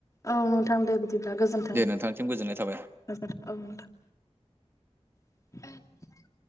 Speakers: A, on the left; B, on the right.
A: ओं नोंथां दे बिदिब्ला गोजोन्थों
B: दे नोंथांसिम गोजोननाय थाबाय।
A: गोजोन औ नोंथां <inaudible>